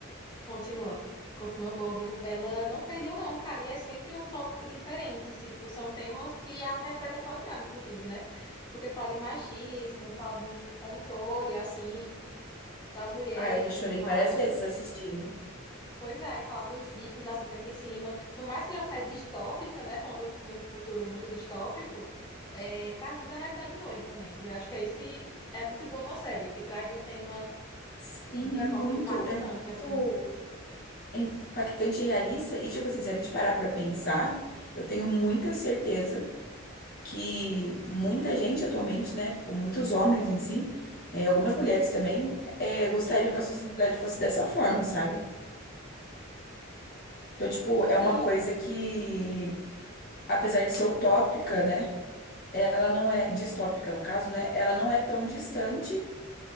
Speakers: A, on the left; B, on the left.
A: Continua, continua boa, viu? Ela não perdeu, não, cara, e é sempre um tópico diferente, tipo, são temas que a- refletem a atualidade, inclusive, né? Porque fala de machismo, fala de controle, assim, das mulheres
B: Ah, eu já
A: e
B: chorei
A: tudo mais.
B: várias vezes assistindo.
A: Pois é, e fala dos ricos, assim, sempre em cima. Por mais que seja uma série distópica, né? Falando de um futuro muito distópico, é, traz muito da realidade de hoje também. E eu acho que é isso que é muito boa na série, que traz de um tema
B: Sim,
A: de
B: é
A: forma
B: muito,
A: impactante,
B: é muito
A: assim.
B: impactante e realista. E, tipo assim, se a gente parar pra pensar, eu tenho muita certeza que muita gente atualmente, né? Tipo, muitos homens em si, eh, algumas mulheres também, eh, gostariam que a sociedade fosse dessa forma, sabe? Então, tipo, é
A: Sim,
B: uma coisa que, apesar de ser utópica, né? Ela não é, distópica no caso, né? Ela não é tão distante